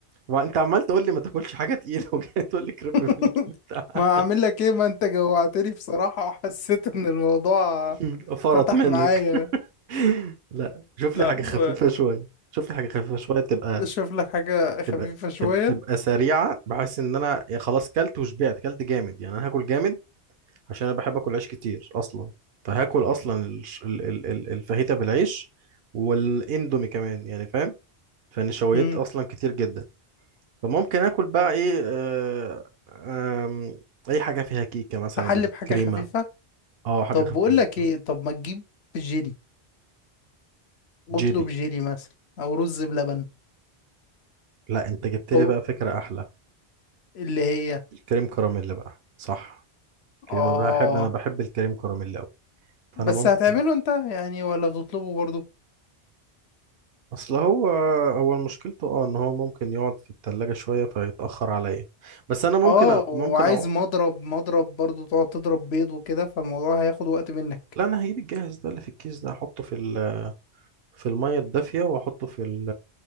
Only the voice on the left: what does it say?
<laughs>
ما اعمل لك ايه ما انت جوعتني بصراحه وحسيت ان الموضوع
فتح
معايا
لا
اشوف لك حاجه خفيفه
شويه
مم.
تحلي
بحاجة خفيفة
طب
بقول لك ايه طب ما تجيب جيلي اطلب
جيلي مثلا او رز بلبن
او
اللي هي
اه
بس
هتعمله انت يعني ولا تطلبه برضو
اه
وعايز
مضرب مضرب برضو تقعد تضرب بيض وكده فالموضوع هياخد وقت منك